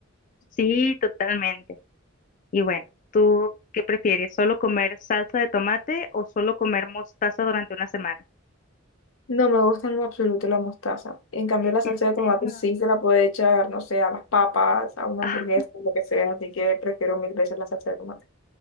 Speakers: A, on the left; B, on the left.
A: Sí, totalmente. Y bueno, ¿tú qué prefieres? ¿Solo comer salsa de tomate o solo comer mostaza durante una semana?
B: No me gusta en lo absoluto la mostaza. En cambio, la salsa
A: ¿En
B: de tomate
A: serio?
B: sí se la puede echar, no sé, a las papas, a una
A: Ah,
B: hamburguesa, lo que sea, así que prefiero mil veces la salsa de tomate.